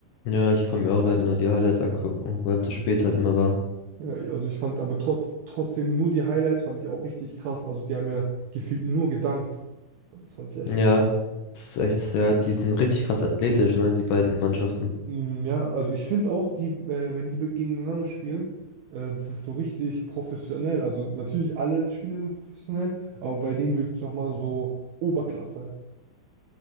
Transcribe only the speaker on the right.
Ja, ja, also ich fand aber trotz, trotzdem nur die Highlights fand ich auch richtig krass. Also die haben ja gefühlt nur gedankt. Das fand ich echt
krass.
Mm, Ja, also ich finde auch, die, äh, wenn die be- gegeneinander spielen, äh, das ist so richtig professionell. Also natürlich alle Spiele sind professionell, aber bei denen wirkt es nochmal so Oberklasse.